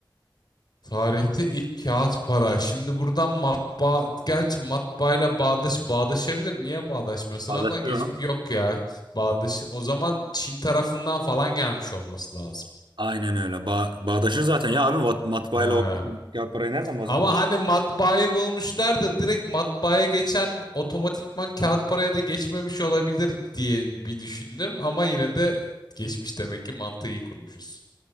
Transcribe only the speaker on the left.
Tarihte ilk kağıt para. Şimdi buradan matbaa, gerçi matbaayla bağdaş bağdaşabilir. Niye bağdaşmasın
ama geç
yok ya. Bağdaş. O zaman Çin tarafından falan gelmiş olması lazım.
Ee,
ama hani matbaayı bulmuşlar da direkt matbaaya geçen otomatikman kağıt paraya da geçmemiş olabilir diye bir düşündüm ama yine de geçmiş demek ki mantığı iyi kurmuşuz.